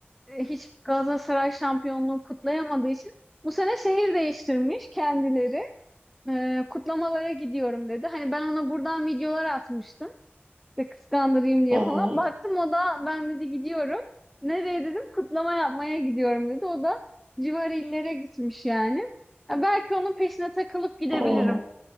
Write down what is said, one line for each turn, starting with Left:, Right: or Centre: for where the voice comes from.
Centre: e, hiç Galatasaray şampiyonluğu kutlayamadığı için bu sene şehir değiştirmiş kendileri. Ee, kutlamalara gidiyorum dedi. Hani ben ona buradan videolar atmıştım. İşte kıskandırayım diye
Right: Hı hı.
Centre: falan. Baktım o da ben dedi gidiyorum. Nereye dedim kutlama yapmaya gidiyorum dedi. O da civar illere gitmiş yani. Ya belki onun peşine takılıp gidebilirim.
Right: Hı